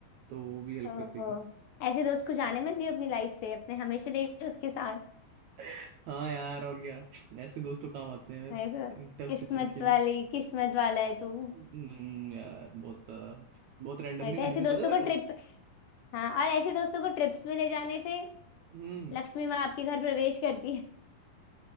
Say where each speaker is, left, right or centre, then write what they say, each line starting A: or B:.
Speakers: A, on the right; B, on the left.
A: तो वो भी हेल्प
B: ओहो
A: कर देगी
B: ऐसे दोस्त को जाने मत दियो अपनी लाइफ से अपने हमेशा रहिए उसके साथ
A: <laughs> हाँ यार और क्या ऐसे दोस्त तो काम आते हैं
B: नहीं तो
A: इन टफ
B: किस्मत
A: सिचुएशन
B: वाली किस्मत वाला है तू
A: हम्म यार बहुत ज्यादा बहुत रैंडमली
B: नहीं तो
A: मिली
B: ऐसे
A: थी
B: दोस्तों
A: पता है तेरे
B: को
A: को
B: ट्रिप हाँ और ऐसे दोस्तों को ट्रिप्स में ले जाने से
A: हम्म
B: लक्ष्मी माँ आपके घर प्रवेश करती है